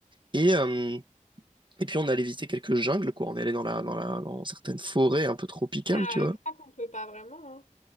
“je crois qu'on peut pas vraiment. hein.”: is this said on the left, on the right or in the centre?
Left